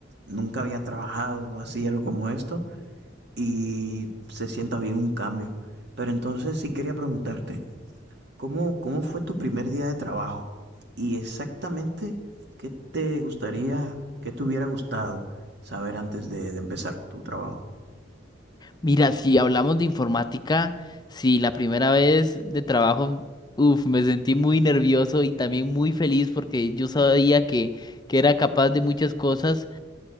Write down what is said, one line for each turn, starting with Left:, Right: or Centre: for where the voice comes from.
Right: nunca había trabajado así algo como esto y se sienta bien un cambio. Pero entonces sí quería preguntarte, ¿Cómo, cómo fue tu primer día de trabajo? Y exactamente qué te gustaría, qué te hubiera gustado saber antes de, de empezar tu trabajo.
Left: Mira, si hablamos de informática, sí, la primera vez de trabajo, uff, me sentí muy nervioso y también muy feliz porque yo sabía que, que era capaz de muchas cosas.